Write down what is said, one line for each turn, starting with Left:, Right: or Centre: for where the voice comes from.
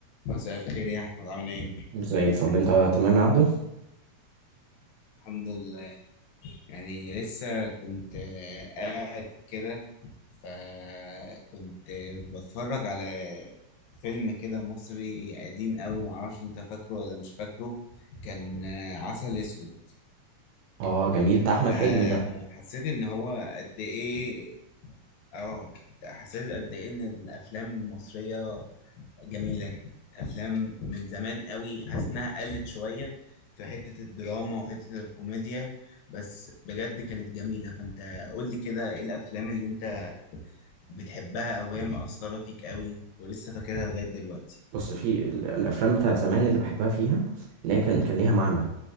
Left: مساء الخير يا احمد عامل ايه
Right: زي الفل انت تمام يا عبده
Left: الحمد لله يعني لسه كنت آه، قاعد كده فكنت بتفرج على فيلم كده مصري قديم قوي معرفش انت فاكره ولا مش فاكره كان آه، عسل اسود
Right: اه جميل ده احمد
Left: فحسيت
Right: حلمي ده
Left: ان هو قد ايه اه كنت حسيت قد ايه ان الافلام المصرية جميلة أفلام من زمان قوي حاسس إنها قلت شوية في حتة الدراما وحتة الكوميديا بس بجد كانت جميلة فأنت قول لي كده إيه الأفلام اللي أنت بتحبها أو هي مأثرة فيك قوي ولسه فاكرها لغاية دلوقتي
Right: بص في ال- الافلام بتاعت زمان اللي بحبها فيها ان هي كان كان ليها معنى